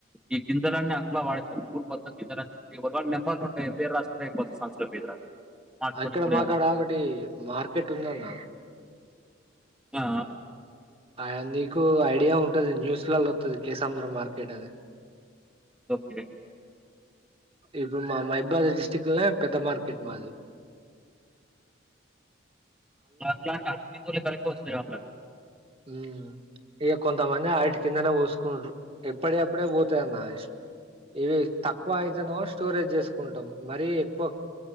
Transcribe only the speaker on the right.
అక్కడ
మాక్కడ
కాబటి మార్కెట్ ఉంది అన్న
ఆ నీకు ఐడియా ఉంటది న్యూస్లలో వస్తుది కేశాంద్రం మార్కెట్ అని
ఇప్పుడు మా మహబద్ డిస్టక్ట్ పెద్ద మార్కెట్ మా అది
మ్ ఇక కొంతమంది వాటి కిందనే పోసుకుంటారు ఎప్పుడే అప్పుడే పోతాయిన్న ఇష్ట ఇవి తక్కువ అయితేనో స్టోరేజ్ చేసుకుంటాం మరీ ఎక్కువ